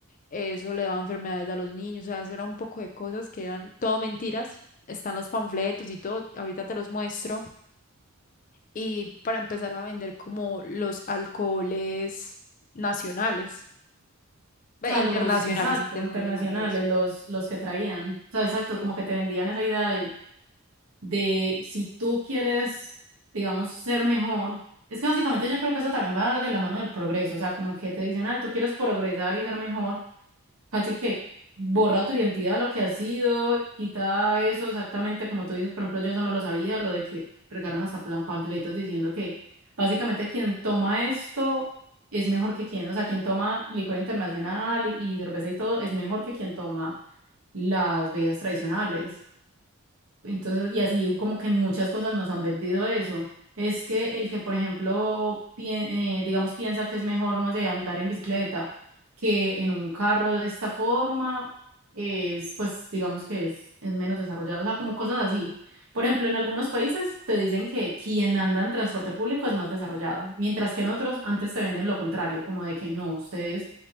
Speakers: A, on the left (about 35°); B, on the right (about 70°).
A: eso le daba enfermedades a los niños, o sea, eso era un poco de cosas que eran todo mentiras. Están los panfletos y todo, ahorita te los muestro y para empezar a vender como los alcoholes nacionales, ve,
B: sea,
A: internacionales,
B: los, exacto,
A: internacionales,
B: internacionales,
A: eso.
B: los, los que traían. O sea, exacto,
A: Sí.
B: como que te vendían esa idea de de si tú quieres, digamos, ser mejor, es que básicamente yo creo que eso también va de la mano del progreso, o sea, como que te dicen, ah, tú quieres progresar y ser mejor, así que borra tu identidad, lo que has sido, quita eso exactamente como tú dices, por ejemplo, yo eso no lo sabía, lo de que regaron hasta plan- panfletos diciendo que básicamente quien toma esto es mejor que quien, o sea, quien toma licor internacional y y cerveza y todo es mejor que quien toma las bebidas tradicionales. Entonces, y así como que en muchas cosas nos han vendido eso. Es que el que, por ejemplo, pien- eh, digamos, piensa que es mejor, no sé, andar en bicicleta que en un carro de esta forma, es, pues, digamos que es, es menos desarrollado. O sea, como cosas así. Por ejemplo, en algunos países te dicen que quien anda en transporte público es más desarrollado, mientras que en otros antes te venden lo contrario, como de que no, ustedes